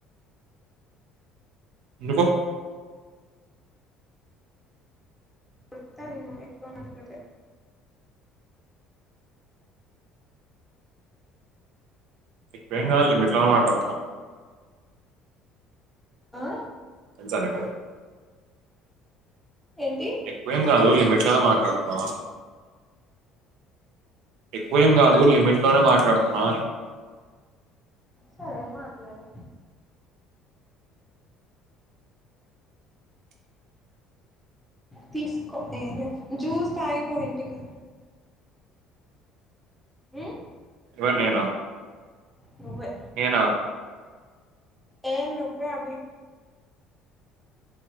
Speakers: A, on the right; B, in the centre.
A: ఎందుకు
B: వృత్తాన్ను ఎక్కువ మాట్లాదె
A: నీ బేంగాల్ మెట్లాగ మాటడ్తున్నావ్?
B: ఆ
A: సరేనా
B: ఏంటి
A: ఎక్కువేం కాదు లిమిట్ లనే మాట్లాడ్తునావ అన్ ఎక్కువేం కాదు లిమిట్ లనే మాట్లాడ్తున్నావ అన్
B: సరే మాట్లాడు తీస్కో ఎ జూస్ తాగిపో ఇంటికి మ్
A: ఎవర్ నేనా
B: నువ్వే
A: నేనా
B: ఏ నువ్వే అభి